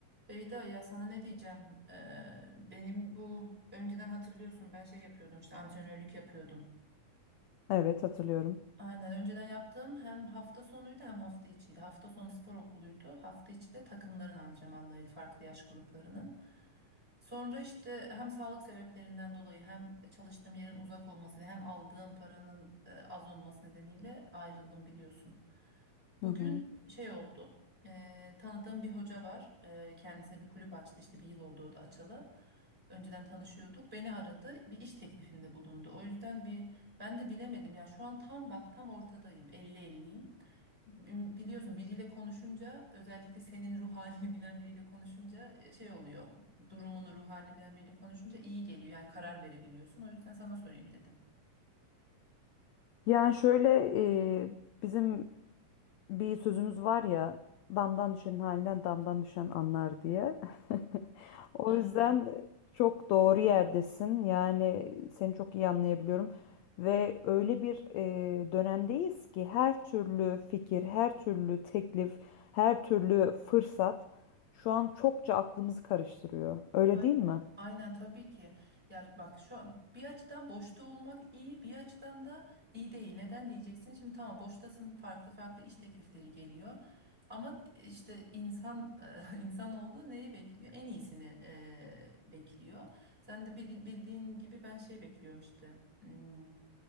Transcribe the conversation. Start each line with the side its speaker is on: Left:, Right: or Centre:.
Right: Beyda ya sana ne diyeceğim? Ee, benim bu önceden hatırlıyorsun ben şey yapıyordum işte antrenörlük yapıyordum.
Left: Evet hatırlıyorum.
Right: Aynen önceden yaptığım hem hafta sonuydu hem hafta içiydi. Hafta sonu spor okuluydu. Hafta içi de takımların antrenmanlarıydı farklı yaş gruplarının. Sonra işte hem sağlık sebeplerinden dolayı hem çalıştığım yerin uzak olması ve hem aldığım paranın e, az olması nedeniyle ayrıldım biliyorsun. Bugün
Left: Hı hı.
Right: şey oldu. eee, tanıdığım bir hoca var. Eee, kendisine bir kulüp açtı. İşte bir yıl oldu o da açalı. Önceden tanışıyorduk. Beni aradı. Bir iş teklifinde bulundu. O yüzden bir ben de bilemedim. Ya şu an tam bak tam ortadayım. elli elliyim. Bi- Biliyorsun biriyle konuşunca özellikle senin ruh halini <laughs> bilen biriyle konuşunca e, şey oluyor. Durumunu ruh halini bilen biriyle konuşunca iyi geliyor. Yani karar verebiliyorsun. O yüzden sana sorayım dedim.
Left: Yani şöyle e, bizim bir sözümüz var ya damdan düşenin halinden damdan düşen anlar diye. <laughs> O
Right: Aynen.
Left: yüzden çok doğru yerdesin. Yani seni çok iyi anlayabiliyorum. Ve öyle bir e, dönemdeyiz ki her türlü fikir, her türlü teklif, her türlü fırsat şu an çokça aklımızı karıştırıyor. Öyle
Right: Aynen.
Left: değil mi?
Right: Aynen tabii ki. Ya bak şu an bir açıdan boşta olmak iyi, bir açıdan da iyi değil. Neden diyeceksin? Şimdi tamam boştasın, farklı farklı iş teklifleri geliyor. Ama işte insan <laughs> insanoğlu neyi bekliyor? En iyisini e, bekliyor. Sen de bil- bildiğin gibi ben şey bekliyorum işte. hmm,